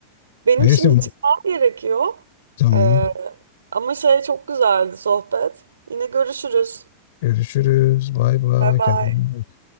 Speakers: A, on the right; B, on the left.
A: Benim
B: Neyse.
A: şimdi çıkmam gerekiyor.
B: Tamam.
A: Ee, ama şey çok güzeldi sohbet. Yine görüşürüz.
B: Görüşürüz. Bay bay.
A: Bay bay.
B: Kendine. iyi bak.